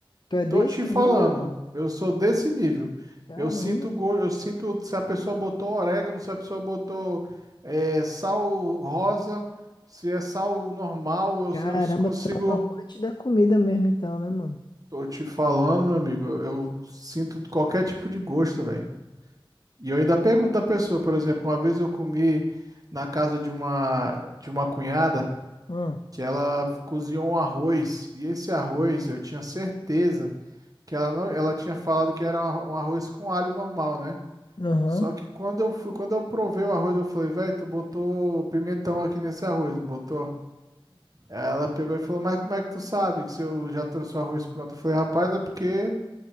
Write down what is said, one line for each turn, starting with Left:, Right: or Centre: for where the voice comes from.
Left: Tu é desse
Right: Tô te falando,
Left: nível, mano?
Right: eu sou desse nível.
Left: Caramba.
Right: Eu sinto go... eu sinto se a pessoa botou orégano, se a pessoa botou eh, sal rosa, se é sal normal, eu,
Left: Caramba,
Right: eu consigo.
Left: tu é um amante da comida mesmo, então, né, mano?
Right: Tô te falando, meu amigo, eu, eu sinto qualquer tipo de gosto, velho. E eu ainda pergunto da pessoa, por exemplo, uma vez eu comi na casa de uma de uma cunhada
Left: Ah,
Right: que ela cozinhou um arroz e esse arroz eu tinha certeza que ela não, ela tinha falado que era um arro- um arroz com alho normal, né?
Left: Aham.
Right: Só que quando eu fui, quando eu provei o arroz, eu falei, velho, tu botou pimentão aqui nesse arroz, não botou? Ela pegou e falou, mas como é que tu sabe que se eu já trouxe o arroz pronto? Eu falei, rapaz, é porque